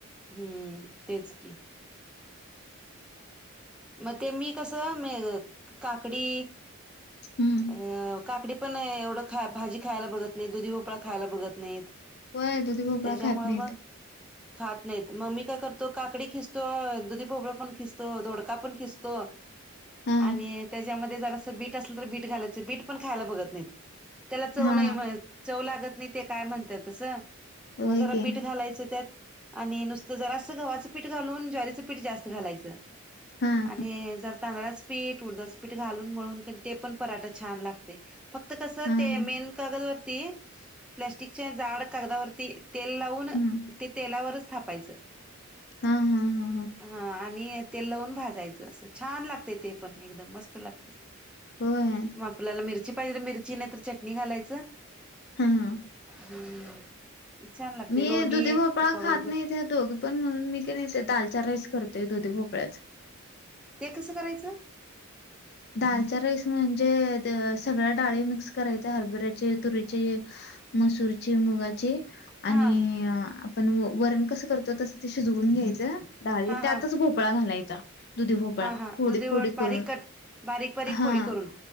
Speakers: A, in the centre; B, on the left.
A: हम्म. तेच की मग ते मी कसं? म काकडी
B: हम्म
A: अ काकडी पण एवढं खाया भाजी खायला बघत नाही. दुधी पोपळा खायला बघत नाहीत.
B: होय दुधी भोपळा
A: त्याच्यामुळे
B: खात नाहीत
A: मग खात नाहीत. मी काय करतो? काकडी खिस तो दुधी भोपाळ पण खिसतो, दोडका पण खिस तो
B: हा
A: आणि त्याच्यामध्ये जरासाच असं बीट असलं तर बीट घालायचं बीट पण खायला बघत नाहीत. त्याला चव
B: हा
A: नाही म्हण चव लागत नाही. ते काय म्हणतेत तसं
B: होय
A: मग जरा
B: की
A: बीट घालायचं त्यात. आणि नुसतं जरास गव्हाचं पीठ घालून ज्वारीचं पीठ जास्त घालायचं.
B: हा
A: आणि मी जरा तांदळाच पीठ, उडदाचं पीठ घालून मळून ते पण पराठं छान लागतयं. फक्त कसं
B: हा
A: ते
B: हा
A: मेन कागदवरती प्लास्टिकच्या जाड कागदावरती. तेल लावून
B: हम्म
A: ते तेलावरचं थापायचं.
B: हा
A: <inaudible>
B: हा हा
A: हा आणि ते लावून भाज डाळीच असं छान लागतयं. ते पण एकदम मस्त लागतयं.
B: होय
A: <inaudible> मग आपल्याला मिरची पाहिजे, तर मिरची नाही तर चटणी घालायचं.
B: हम्म
A: <inaudible> छान लागते
B: मी
A: लोणी
B: दुधी भोपळा
A: तुपाबरोबर
B: खात नाही. ते दोघ पण म्हणून मी का नाही. ते दालच्या राईस करते. दुधी भोपळ्याचं
A: ते कसं करायचं?
B: दालच्या राईस म्हणजे? सगळ्या डाळी मिक्स करायच्या हरभऱ्याची, तुरीची मसूरची, मुगाची आणि
A: हा
B: आपण वरण कसं करतो? तसं ते शिजवून घ्यायचं डाळी
A: हा हा
B: त्यातचं भोपळा घालायचा. दुधी भोपळा
A: हा हा
B: फोडी
A: दुधी
B: फोडी करून
A: बारीक कट बारीक बारीक
B: हां,
A: फोडी करून